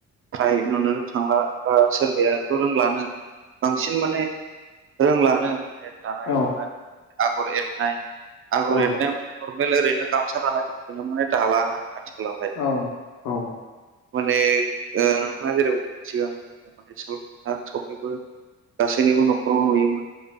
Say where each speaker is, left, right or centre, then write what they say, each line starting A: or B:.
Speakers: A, on the right; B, on the left.
A: फ्राय नुनो थांला बा सोरबायाथ' रोंलानो बांसिन माने रोंलानो माने दानाय
B: औ
A: नाय आगर एरनाय आगर
B: औ
A: एरनाय माने नरमेल ओरैनो गामसा दानो माने दालानो आथिखालावहाय
B: औ औ
A: माने ओ‌ नोंथाङा जेरै उन सिगां माने साल खुन्था सबनिबो गासैनिबो न'खराव नुयोमोन